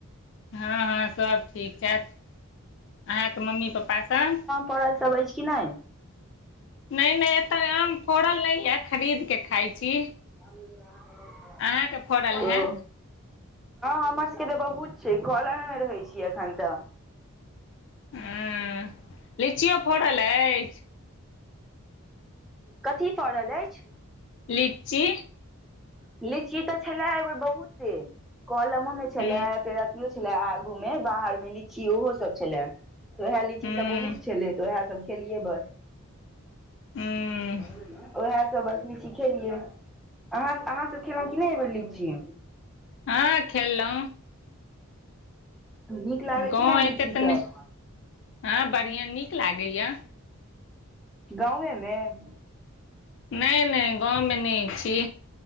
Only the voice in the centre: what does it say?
परल सब ऐछ कि नै
<unintelligible>
ह
हमर सब केँ तऽ बहुत छै। कलन मे रहै छियै। एखन तऽ
कथी फड़ल अछि
लीची तऽ छले ए बेर बहुते कलमो में छले
फेर अथियो छले छले आगू में बाहर में लीची ओहो सब छले। ओएह लीची
सब बहुत छले तऽ ओएह सब खेलिय बस
<inaudible> ओहै सब लिची खेलिय अहाँ अहाँ सब खेलो की नै ऐ बेर लिची
नीक लागल
की ना
लीची
सब
गाँवे में